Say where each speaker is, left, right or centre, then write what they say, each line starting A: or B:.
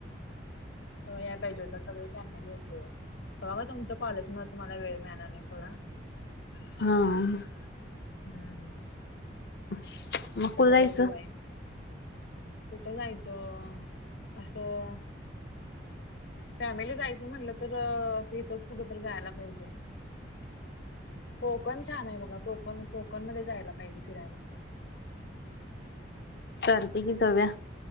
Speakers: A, on the left (about 70°); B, on the left (about 55°).
A: व्हय या पाहिजे होतासा सगळी फॅमिली होतो तव्हा म तुमच कॉलेजमूळ तुम्हाला वेळ मिळाला नाही सोडा,
B: हां
A: हम्म
B: <inaudible>
A: आता जावूया,
B: जायचं
A: दिवाळी कुठ जायचं? आसं फॅमिली जायचं म्हटलं तर आसं हितचं कुठ तर जायाला पाहिजे कोकण छान आहे बघा कोक ण कोकण मध्ये जायला पाहिजे फिरायला.
B: चालतय की जावूया